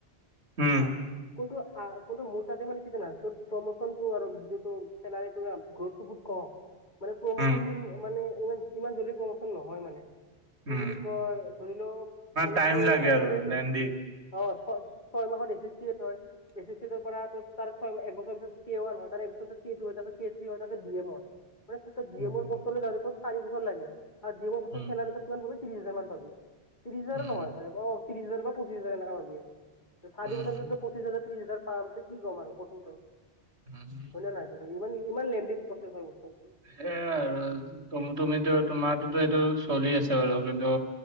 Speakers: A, on the left; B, on the right.
A: <inaudible>
B: উম,
A: <unintelligible> মানে প্ৰমোচন
B: উম,
A: তোৰ মানে ইমান ইমান জল্দি প্ৰমোচন নহয় মানে। কি
B: উম,
A: বুলি কয়, ধৰি লওক মানে
B: টাইম
A: কি
B: লাগে
A: প্ৰথমতে।
B: আৰু লেণ্ডি।
A: অ', ছয় ছয় মাহত এছ এছটিয় থয়। এছছৰ পৰা ত ছয় এক বছৰ পিছত কি হ'ল <unintelligible> আছে ডি এমৰ মানে ডি
B: উম,
A: এমৰ পিছলৈ যাওঁতে ত চাৰি বছৰ লাগে। আৰু ডিমৰ পাছত
B: উম,
A: চেলাৰী কিমান পাবি ত্ৰিশ হাজাৰ মান পাবি ত্ৰিশ হাজাৰো
B: উম,
A: নহয় পাৰে অ ত্ৰিশ হাজাৰ বা পঁচিশ হাজাৰ টকা পাবি আৰু
B: উম।
A: পঁচিছ হাজাৰ ত্ৰি হাজাৰ পাম ত কি ক'ম আৰু কচোন হয়
B: উম
A: নে নাই ত ইমান ইমান লেণ্ডি প্ৰচেছ হয় বস্তুটো।
B: সেইয়াই আৰু তুমিতো তোমাৰতো এইটো চলি আছে বাৰু কিন্তু